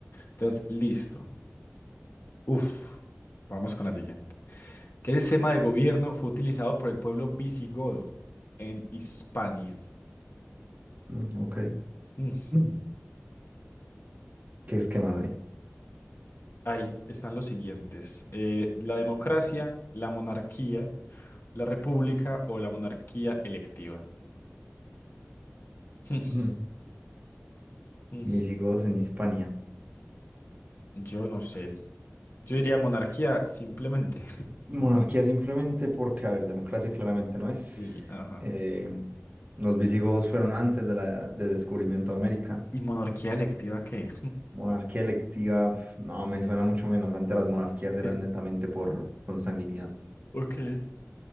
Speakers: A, on the left; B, on the right.
A: Entonces, listo. Uf, vamos con la siguiente. ¿Qué sistema de gobierno fue utilizado por el pueblo visigodo en Hispania?
B: Mm, ok.
A: Mm,
B: Mm, ¿Qué es que más hay?
A: Ahí están los siguientes. eh, la democracia, la monarquía, la república o la monarquía electiva. <laughs>
B: Mm.
A: Mm,
B: visigodos en Hispania.
A: Yo no sé. Yo diría monarquía simplemente.
B: Monarquía simplemente porque, a ver, democracia claramente no es.
A: <laughs> Sí, ajá.
B: Eh, los visigodos fueron antes de la, del descubrimiento de América.
A: ¿Y monarquía electiva qué?
B: Monarquía electiva, pf, no, me suena mucho menos. Antes las monarquías
A: Sí,
B: eran netamente por consanguinidad.
A: ok.